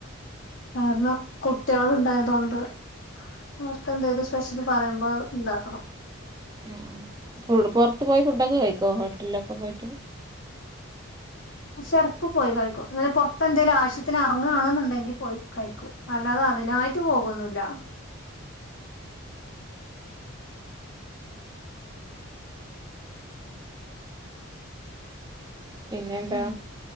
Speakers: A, on the left (about 65°); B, on the right (about 20°).
A: കാരണം കു ട്ട്യാള് ഉണ്ടായതോണ്ട് അവർക്ക്‌ എന്തേലും സ്പെഷ്യല് പറയുമ്പോ ഉണ്ടാക്കണം
B: ഉം ഫുഡ് പൊറത്ത് പോയി ഫുഡൊക്കെ കഴിക്കോ ഹോട്ടലിലൊക്കെ പോയിട്ട്
A: പക്ഷേ എടക്ക് പോയി കഴിക്കും ഇങ്ങനെ പൊറത്തെന്തേലും ആവശ്യത്തിന് അറങ്ങാണെന്നുണ്ടെങ്കിൽ പോയി കഴിക്കും അല്ലാതെ അതിനായിട്ട് പോകൊന്നില്ല
B: പിന്നെന്താ
A: ഉം